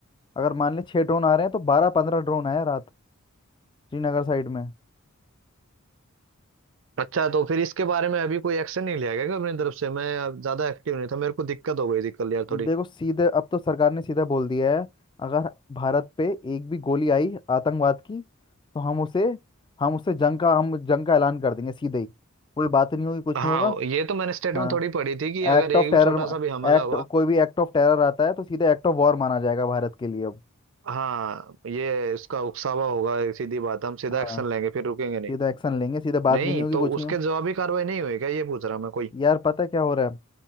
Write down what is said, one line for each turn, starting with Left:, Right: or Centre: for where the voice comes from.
Left: अगर मान ले छह ड्रोन आ रहे हैं तो बारह पंद्रह ड्रोन आए हैं रात श्रीनगर साइड में
Right: अच्छा तो फिर इसके बारे में अभी कोई एक्शन नहीं लिया गया क्या अपनी तरफ से मैं अब ज्यादा एक्टिव नहीं था मेरे को दिक्कत हो गई थी कल यार थोड़ी
Left: देखो सीधे अब तो सरकार ने सीधा बोल दिया है अगर भारत पे एक भी गोली आई आतंकवाद की तो हम उसे हम उसे जंग का हम जंग का ऐलान कर देंगे सीधे ही कोई बात नहीं होगी कुछ
Right: हाँ
Left: नहीं होगा
Right: ये तो मैंने स्टेटमेंट
Left: हाँ
Right: थोड़ी पढ़ी थी कि अगर
Left: एक्ट
Right: एक
Left: ऑफ टेरर
Right: भी छोटा सा भी हमला
Left: एक्ट
Right: हुआ
Left: कोई भी एक्ट ऑफ टेरर आता है तो सीधे एक्ट ऑफ वॉर माना जाएगा भारत के लिए अब
Right: हाँ ये इसका उकसावा होगा एक सीधी बात हम सीधा
Left: हाँ
Right: एक्शन लेंगे फिर रुकेंगे नहीं
Left: सीधा एक्शन लेंगे सीधे बात
Right: नहीं
Left: भी नहीं होगी
Right: तो
Left: कुछ
Right: उसके
Left: नहीं हो
Right: जवाबी कार्रवाई नहीं हुई क्या ये पूछ रहा मैं कोई
Left: यार पता है क्या हो रहा है